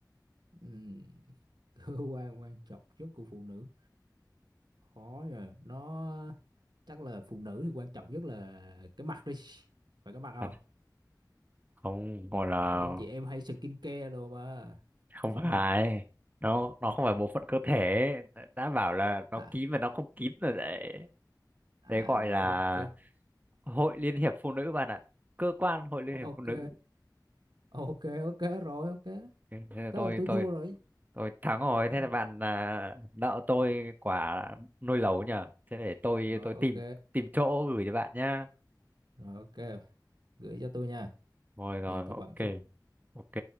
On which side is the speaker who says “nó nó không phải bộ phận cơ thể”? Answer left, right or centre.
Right